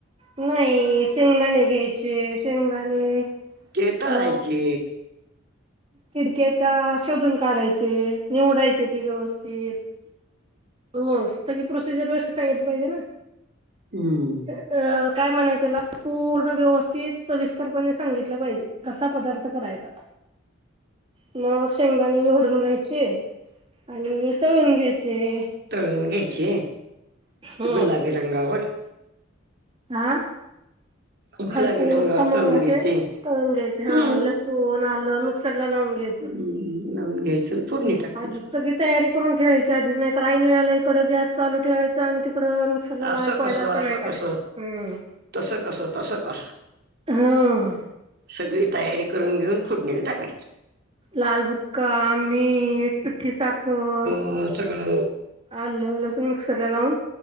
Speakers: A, on the right; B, on the right.
A: नाही, शेंगदाणे घ्यायचे, शेंगदाणे
B: तेेत
A: अ
B: आहे की
A: किडके का शोधून काढायचे, निवडायचे ते व्यवस्थित, हो सगळी प्रोसिजर, व्यवस्थीत सांगितली पाहिजे ना.
B: हम्म.
A: अ काय म्हणायचं त्याला, पूर्ण व्यवस्थित, सविस्तरपणे सांगितलं पाहिजे. कसा पदार्थ करायचा. मग शेंगदाणे निवडून घायचे, आणि तळून घ्यायचे,
B: तळून घ्यायची,
A: हम्म
B: गुलाबी रंगावर
A: आ.
B: गुलाबी
A: खरपूस
B: रंगावर
A: खमंग
B: तळून
A: असे
B: घ्यायचे
A: तळून घ्यायचे, हा
B: हम्म
A: लसूण, आलं मिक्सर ला लावून घ्यायचं.
B: हम्म, लावून घ्यायचं. फोडणी टाकायचं
A: आधीच सगळी तयारी करून ठेवायची आधीच, नाहीतर ऐन वेळेला इकडं गॅस चालू ठेवायचं, आणि तिकडं मिक्सरला लावायला
B: असं
A: पाहिजे
B: कसं, असं
A: नाही करायचं
B: कस,
A: हम्म
B: तस कस, तसं कस.
A: हा
B: सगळी तयारी करून घेऊन, फोडणीला टाकायची.
A: लालबुक्का, मीठ, पिठ्ठी साखर,
B: हो सगळं.
A: आलं लसून मिक्सर ला लावून.